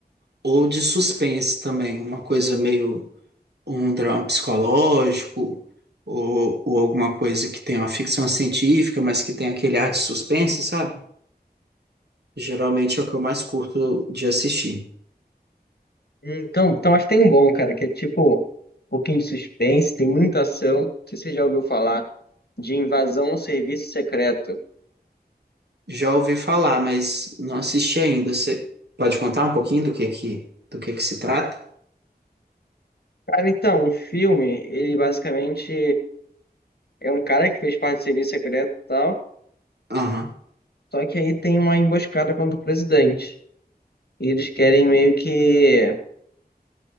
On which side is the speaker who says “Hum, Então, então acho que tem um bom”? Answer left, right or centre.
Left